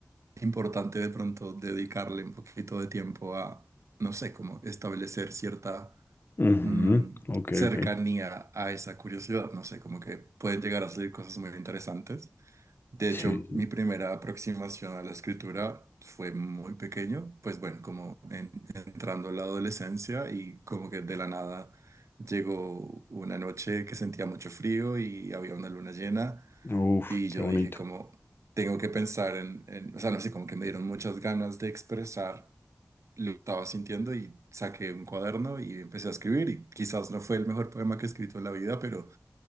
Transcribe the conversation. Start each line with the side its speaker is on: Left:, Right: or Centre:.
Right: importante de pronto dedicarle un poquito de tiempo a, no sé, como establecer cierta
Left: Ujú,
Right: mm,
Left: Ok,
Right: cercanía
Left: ok.
Right: a esa curiosidad, no sé, como que pueden llegar a salir cosas muy interesantes. De
Left: Sí,
Right: hecho,
Left: sí.
Right: mi primera aproximación a la escritura fue muy pequeño, pues bueno, como en- entrando a la adolescencia y como que de la nada llegó una noche que sentía mucho frío y había una luna llena.
Left: Uf,
Right: Y yo
Left: qué bonito.
Right: dije como, tengo que pensar en, en- o sea, no sé, como que me dieron muchas ganas de expresar lo que estaba sintiendo y saqué un cuaderno y empecé a escribir y quizás no fue el mejor poema que he escrito en la vida, pero,